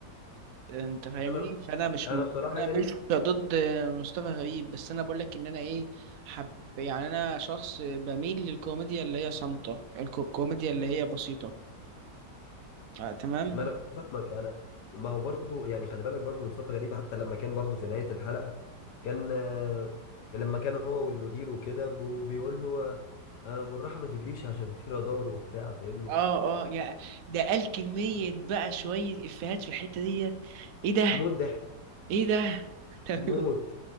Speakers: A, on the right; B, on the left.
A: انت فاهمني
B: انا
A: فانا مش
B: انا
A: م-
B: بصراحه
A: انا
B: يعني
A: مش ضد مصطفى غريب بس انا بقول لك ان انا ايه حب يعني انا شخص بميل للكوميديا اللي هي صامتة الكو- الكوميديا اللي هي بسيطة آه تمام
B: ما انا فاهمك انا ما هو برضو يعني خلي بالك برضو مصطفى غريب حتى لما كان برضو في نهاية الحلقة كان آه، لما كان هو والمدير وكده ب- بيقول له آه، آه، بالراحة ما تجريش عشان في رادار وبتاع فاهمني
A: اه اه يا ده قال كمية
B: فموت
A: بقى شوية افيهات في الحتة ديت ايه ده
B: ضحك
A: ايه ده <laughs>
B: موت